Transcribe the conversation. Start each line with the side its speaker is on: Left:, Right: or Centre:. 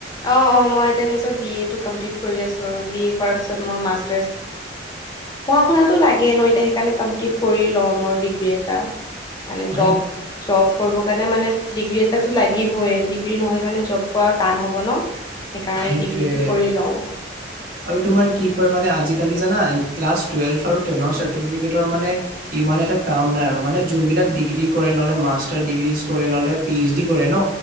Left: অ অ মই এতিয়া নিজৰ বি এ টো কমপ্লিট কৰি আছো পঢ়া শুনাটো লাগে ন এতিয়া সেইকাৰণে কমপ্লিট কৰি লওঁ মোৰ ডিগ্ৰী এটা মানে
Right: সেই-
Left: জব জব কৰিব কাৰণে মানে ডিগ্ৰী এটাতটো লাগিবই ডিগ্ৰী নহলে মানে জব কৰা টান হ'ব ন। সেইকাৰণে
Right: সেইটোয়ে
Left: ডিগ্ৰীটো কৰি লওঁ
Right: আৰু তোমাৰ কি কয় মানে আজিকালি জানা ক্লাছ টেলভ আৰু তেনৰ চাৰ্টিফিকেটৰ মানে ইমান এটা কাম নাই আৰু মানে যোনবিলাক ডিগ্ৰী কৰে নহলে মাষ্টাৰ ডিগ্ৰী কৰে নহ'লে পি এইচ ডি কৰে ন।